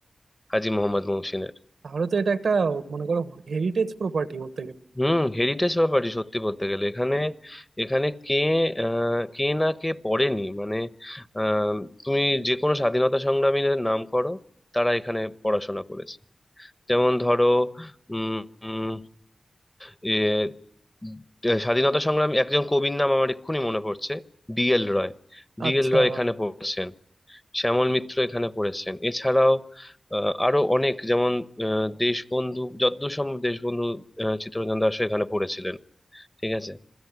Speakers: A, on the left; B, on the right.
A: হাজী মোহাম্মদ মহসিনের
B: তাহলে তো এটা একটা মনে করো হেরিটেজ প্রপার্টি বলতে গেলে
A: হুম হেরিটেজ ব্যাপারই সত্যি বলতে গেলে এখানে এখানে কে আহ, কে না কে পড়েনি মানে আহ, তুমি যে কোনো স্বাধীনতা সংগ্রামীদের নাম করো তারা এখানে পড়াশোনা করেছে যেমন ধরো উম উম, এ, স্বাধীনতা সংগ্রামী একজন কবির নাম আমার এক্ষুনি মনে পড়ছে ডিএল রয় ডিএল
B: আচ্ছা
A: রয় এখানে পড়েছেন শ্যামল মিত্র এখানে পড়েছেন এছাড়াও আহ, আরো অনেক যেমন আহ, দেশবন্ধু যদ্দূর সম্ভব দেশবন্ধু আহ, চিত্তরঞ্জন দাশও এখানে পড়েছিলেন ঠিক আছে